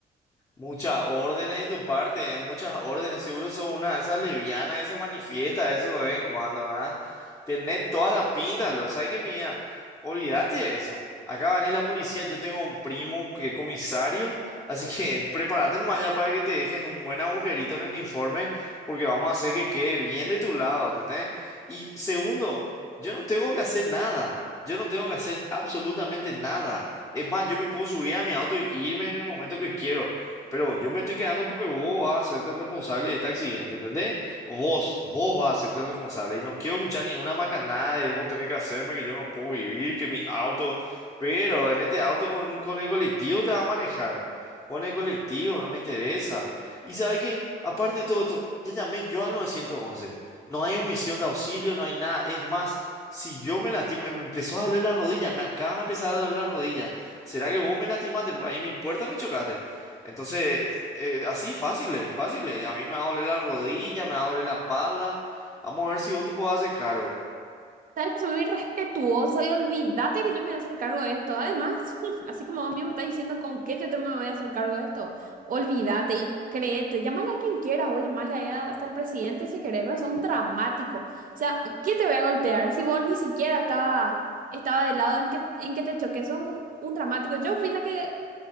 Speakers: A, on the left; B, on the right.
A: Muchas órdenes de tu parte, ¿eh? Muchas órdenes. Seguro sos una de esas levianas que se manifiesta eso de vez en cuando, ¿verdad? Tenés toda la pinta, lo sabes que mía. Olvídate de eso. Acá va a venir la policía. Yo tengo un primo que es comisario, así que <laughs> prepárate nomás ya para que te dejen un buen agujerito en el informe, porque vamos a hacer que quede bien de tu lado, ¿entendés? Y segundo, yo no tengo que hacer nada. Yo no tengo que hacer absolutamente nada. Es más, yo me puedo subir a mi auto y irme en el momento que quiero. Pero yo me estoy quedando porque vos vas a hacerte responsable de este accidente, ¿entendés? Vos, vos vas a hacerte responsable. Y no quiero escuchar ninguna macanada de vos tenés que hacerme, que yo no puedo vivir, que mi auto. Pero en este auto con, con el colectivo te vas a manejar. Con el colectivo, no me interesa. Y sabe que, aparte de todo esto, ya llamé yo al 911. No hay omisión de auxilio, no hay nada. Es más, si yo me lastimo, me empezó a doler la rodilla, me acaba de empezar a doler la rodilla. ¿Será que vos me lastimaste? Porque ahí en mi puerta me chocaste. Entonces, eh, así fáciles, fáciles. A mí me va a doler la rodilla, me va a doler la espalda. Vamos a ver si vos te podés hacer cargo.
B: Sabes que soy muy respetuosa y olvídate que yo me voy a hacer cargo de esto. Además, <laughs> así como vos mismo estás diciendo con qué yo te me voy a hacer cargo de esto, olvídate y créete, llámale a quien quieras o llámale ahí a- hasta el presidente si querés, pero son dramático. O sea, ¿qué te voy a golpear si vos ni siquiera estaba, estaba del lado en que, en que te choqué? Sos un un dramático. Yo fui la que